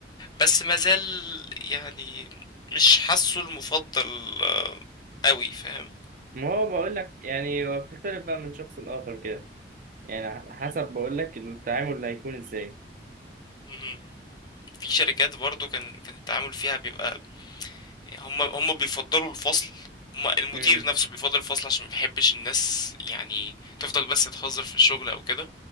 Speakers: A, on the left; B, on the right.
A: بس مازال يعني مش حاسه المفضل آه قوي فاهم
B: ما هو بقول لك يعني هو بتختلف بقى من شخص لاخر كده يعني على حسب بقول لك التعامل اللي هيكون ازاي
A: مهم. في شركات برضو كان كان التعامل فيها بيبقى هم هم بيفضلوا الفصل هم المدير
B: امم
A: نفسه بيفضل الفصل عشان ما بيحبش الناس يعني تفضل بس تهزر في الشغل او كده